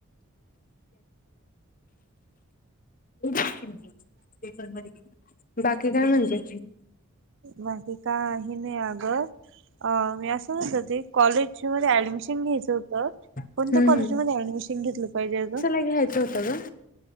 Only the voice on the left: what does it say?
आ <unintelligible> <unintelligible> बाकी काय म्हणते?
हम्म
कुठे घ्यायच होत गं?